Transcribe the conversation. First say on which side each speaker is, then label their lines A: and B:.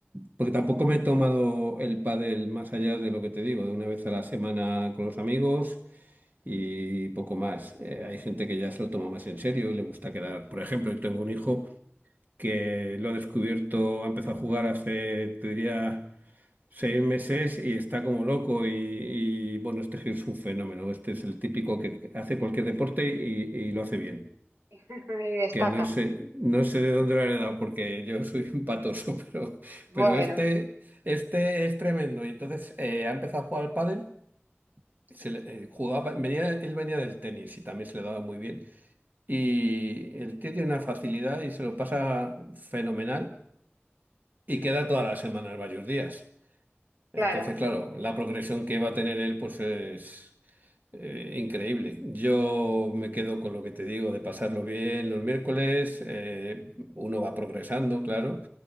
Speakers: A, on the right (about 45°); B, on the right (about 85°).
A: porque tampoco me he tomado el pádel más allá de lo que te digo, de una vez a la semana con los amigos y poco más. Eh, hay gente que ya se lo toma más en serio y le gusta quedar. Por ejemplo, yo tengo un hijo que lo ha descubierto, ha empezado a jugar hace, te diría, seis meses y está como loco y, y, bueno, este es un fenómeno. Este es el típico que hace cualquier deporte y y lo hace bien
B: <laughs> Y destaca.
A: que no sé, no sé de dónde lo han dado porque yo <laughs> soy un patoso, <laughs> pero,
B: Bueno,
A: pero este, este es tremendo. Y entonces eh, ha empezado a jugar al pádel, se le- eh, jugaba, venía, él venía del tenis y también se le daba muy bien. Y el tío tiene una facilidad y se lo pasa fenomenal y queda todas las semanas varios días. Entonces,
B: claro,
A: claro, la progresión que va a tener él pues es... Eh, increíble. Yo me quedo con lo que te digo de pasarlo bien los miércoles. eh, uno va progresando, claro.